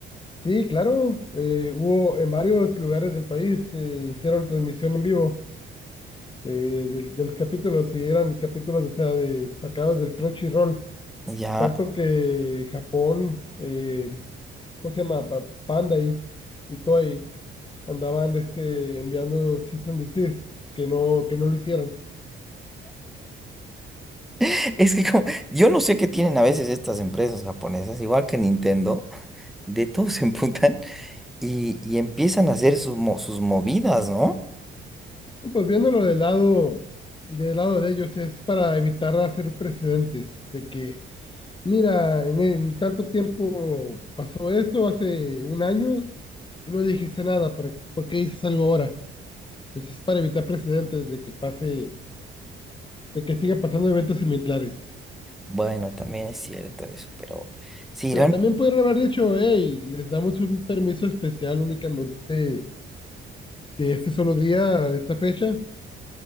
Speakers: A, on the left; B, in the centre.
A: Sí, claro, eh, hubo en varios lugares del país, eh, hicieron transmisión en vivo de, de- de los capítulos y eran capítulos, o sea, de, sacados del Crunchyroll.
B: Ya,
A: Tanto que Japón, eh, ¿cómo se llama? Pa- Bandai y Toei andaban este, enviando season and desist, que no, que no lo hicieran.
B: <laughs> es que como, yo no sé qué tienen a veces estas empresas japonesas, igual que Nintendo, de todos se emputan y, y empiezan a hacer sus, mo- sus movidas, ¿no?
A: Pues viéndolo del lado, del lado de ellos es para evitar hacer precedentes de que, mira, en, en tanto tiempo pasó esto hace un año y no dijiste nada, ¿por, por qué dices algo ahora? Entonces es para evitar precedentes de que pase, de que siga pasando eventos similares.
B: Bueno, también es cierto eso, pero sí,
A: Pero
B: real-
A: también pudieron haber dicho, hey, les damos un permiso especial únicamente de este solo día, de esta fecha,